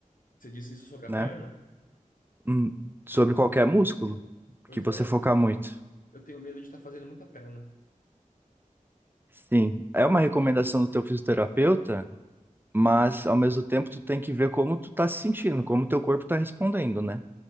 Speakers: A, on the left; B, on the right.
A: Você disse isso sobre a
B: né?
A: perna?
B: Hum, sobre qualquer músculo
A: Pois
B: que você
A: é, eu,
B: focar muito.
A: eu tenho medo de estar fazendo muita perna.
B: Sim, é uma recomendação do teu fisioterapeuta, mas ao mesmo tempo tu tem que ver como tu tá se sentindo, como teu corpo tá respondendo, né?